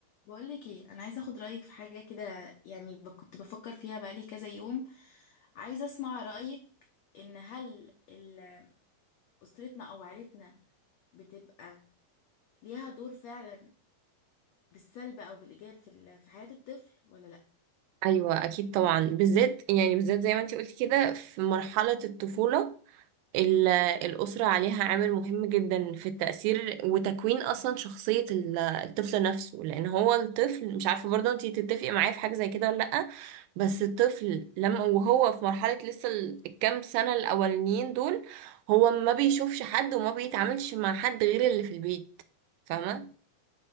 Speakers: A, on the left; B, on the right.
A: بقولك ايه انا عايزه اخد رايك في حاجه كده يعني ب- كنت بفكر فيها بقالي كذا يوم عايزه اسمع رايك ان هل ال- اسرتنا او عائلتنا بتبقى ليها دور فعلا بالسلب او بالايجاب في ال- في حياه الطفل ولا
B: ايوه اكيد طبعا بالذات يعني بالذات زي ما انت قلت كده في مرحله الطفوله ال- الاسره عليها عامل مهم جدا في التاثير وتكوين اصلا شخصيه ال- الطفل نفسه لان هو الطفل مش عارفه برضه انت تتفقي معايا في حاجه زي كده ولا لا بس الطفل لما وهو في مرحله لسه ال- الكام سنه الاولانيين دول هو ما بيشوفش حد وما بيتعاملش مع حد غير اللي في البيت فاهمه